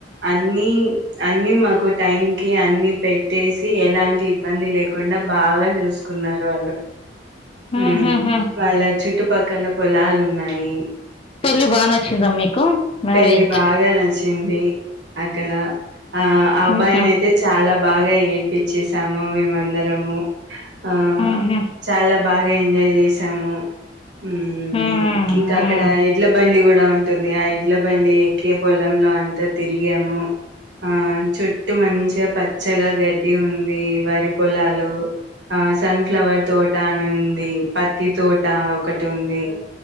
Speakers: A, on the right; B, on the left.
A: అన్ని అన్ని మాకు టైం కి అన్ని పెట్టేసి ఎలాంటి ఇబ్బంది లేకుండా బాగా చూసుకున్నారు వాళ్ళు.
B: మ్మ్హ్మ్.
A: హ్మ్ వాళ్ళ చుటుపక్కల పొలాలు. ఉన్నాయి
B: పెళ్లి బా నచ్చింద మీకు మ్యారేజ్
A: పెళ్లి బాగా నచి వచ్చింది అక్కడ ఆ అబ్బాయిని
B: మ్మ్హ్మ్.
A: అయితే చాలా బాగా ఏడ్పిచ్చేసాము మేము అందరము ఆ
B: మ్మ్హ్మ్.
A: చాలా బాగా ఎంజాయ్ చేశాము. హ్మ్
B: హ్మ్.
A: ఇంకా అక్కడ ఎడ్ల బండి కూడా ఎలా ఉంటుంది ఐ ఎడ్ల బండి ఎక్కి పొలంలో అంతా తిరిగాము. ఆ చుట్టూ మంచిగా పచ్చగా గడ్డి ఉంది. వరి పొలాలు ఆ సన్ఫ్లవర్ తోట అని ఉంది. పత్తి తోట ఒకటి ఉంది.
B: హ్మ్.